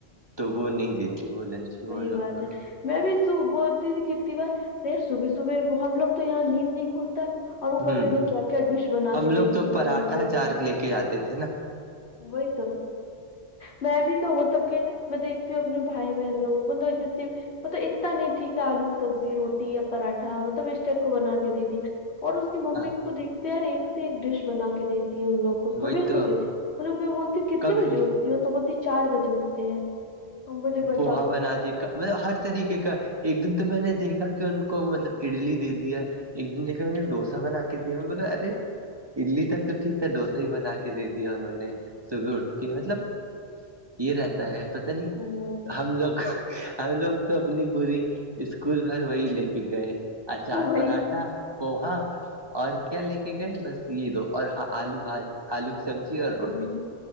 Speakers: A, on the right (about 20°); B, on the left (about 70°).
A: تو وہ نہیں دیتی وہ لنچ میں
B: وہی
A: وہ
B: بات
A: لوگ
B: ہے
A: کو
B: میں بھی س بولتی تھی کتنی بار ر صبح صبح ہم لوگ تو یہاں نیند نہیں کھلتا اور وہ پتہ
A: ہ
B: نہیں کیا کیا ڈش بنا
A: ہم
B: کے
A: لوگ
B: دیتی
A: تو
B: اپنے
A: پراٹھا
B: بچوں کو
A: چار لے کے جاتے تھے نا
B: وہی تو میں بھی تو ملب کہ میں دیکھتی ہوں اپنے بھائی لوگ تو ج مطلب اتنا نہیںٹھیک آلو کی سبزی روٹی یا پراٹھا مطلب اسٹپ کو بنا کے دے دی اور اس کی ممی
A: ہاں
B: کو تو دیکھتے ہیں یار ایک سے ایک ڈش بنا کے دیتی ہے ان لوگ کو صبح
A: وہی تو
B: صبح مطلب میں بولتی کتنے
A: کبھی
B: بجے اٹھتی ہوں تو بولتی چار بجے اٹھتے ہیں ہممبلی ب
A: ہن آد کا مطلب ہر طریقے کا ایک دن تو میں نے دیکھا کہ ان کو مطلب اڈلی دے دیا ایک دن دیکے م نے ڈوسا بنا کے دے بولے ارے اڈلی تک تو ٹھیک تھا ڈوسا ہی بنا کے دے دیا انہوں نے صبح اٹھ کے مطلب یہ رہتا ہے پتا نہیں
B: ہ <unintelligible>
A: ہم لوگ ہم لوگ تو اپنی پوری اسکول گھر وہی لے کے گئے ا چار
B: وہی
A: پراٹھا پوہا اور کیا لے کے گئے بس یہ دو اور ہاں آلو بھاات آلو کی سبزی اور روٹی
B: ہوں